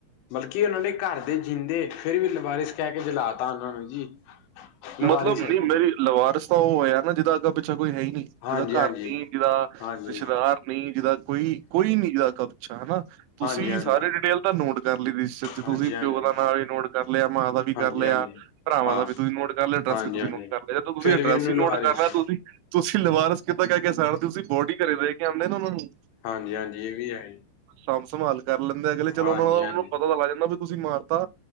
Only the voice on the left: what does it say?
ਬਲਕਿ, ਉਹਨਾਂ ਨੇ ਘਰ ਦੇ ਜਿੰਂਦੇ, ਫੇਰ ਵੀ ਲਵਾਰਿਸ ਕਹਿ ਕੇ ਜਲਾ ਤਾ ਉਹਨਾਂ ਨੂੰ ਜੀ। ਲਵਾਰਿਸ
ਹੈ
ਜੀ
ਹਾਂਜੀ
ਹਾਂਜੀ
ਹਾਂਜੀ
ਹਾਂਜੀ ਹਾਂਜੀ ਹਾਂਜੀ
ਹਾਂਜੀ
ਹਾਂਜੀ
ਹਾਂਜੀ
ਹਾਂ
ਹਾਂਜੀ-ਹਾਂਜੀ
ਫੇਰ
ਵੀ ਉਹਨੂੰ
ਲਵਾਰੇ
ਸੀ
ਹਾਂਜੀ, ਹਾਂਜੀ ਇਹ ਵੀ ਹੈ ਈ।
ਹਾਂਜੀ-ਹਾਂਜੀ,